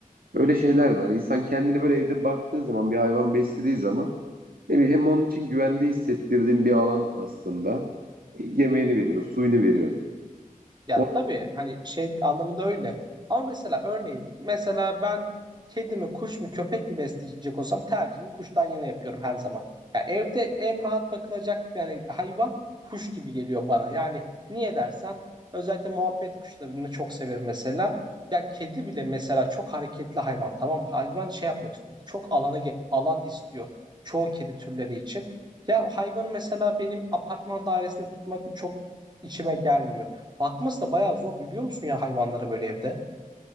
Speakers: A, on the right (about 85°); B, on the right (about 30°).
A: öyle şeyler var insan kendini böyle evde baktığı zaman bir hayvan beslediği zaman ne bileyim, hem onun için güvende hissettirdiğin bir alan aslında E, yemeğini veriyor suyunu veriyor
B: Ya
A: o
B: tabii hani şey anlamında öyle. Ama mesela örneğin mesela ben kedi mi kuş mu köpek mi besleyecek olsam tercihimi kuştan yana yapıyorum her zaman. Ya evde en rahat bakılacak yani hayvan kuş gibi geliyor bana. Yani niye dersen özellikle muhabbet kuşlarını çok severim mesela. Ya kedi bile mesela çok hareketli hayvan tamam mı? Hayvan şey yapmak istiyor. Çok alana ge- alan istiyor çoğu kedi türleri için. Ya o hayvanı mesela benim apartman dairesinde tutmak çok içime gelmiyor. Bakması da bayağı zor biliyor musun ya hayvanlara böyle evde?